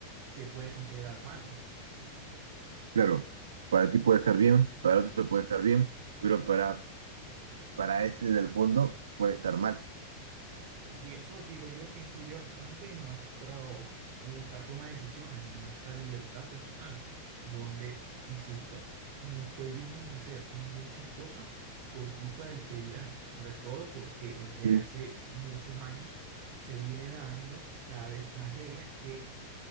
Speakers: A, on the right (about 50°); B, on the right (about 65°).
A: se puede considerar malo.
B: Claro, para ti puede estar
A: Y,
B: bien, para otro puede estar bien, pero para, para ese del fondo puede estar mal,
A: y eso digo yo que influye bastante en nuestro, en nuestra toma de decisiones, en nuestra libertad personal, donde, insisto, nos cohibimos de hacer muchas cosas por culpa del que dirán, sobre todo porque desde
B: Mm,
A: hace muchos años se viene dando cada vez más reglas que